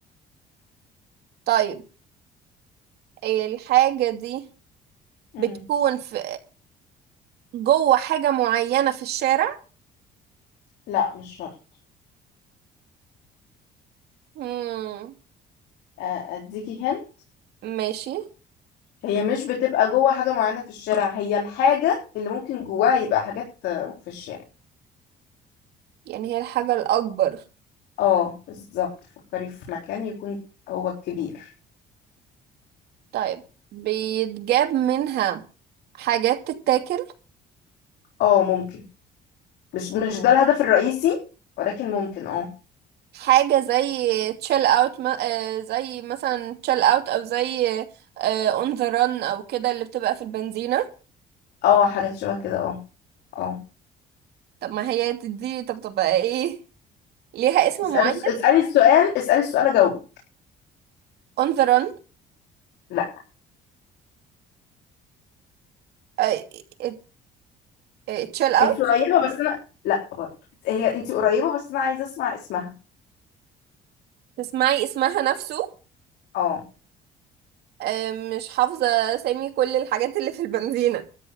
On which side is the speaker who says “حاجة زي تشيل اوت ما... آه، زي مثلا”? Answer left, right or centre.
Right